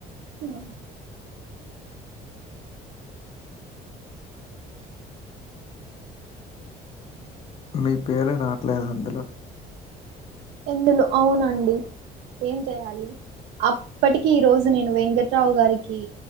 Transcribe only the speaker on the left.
మీ పేరే రాట్లే దందులో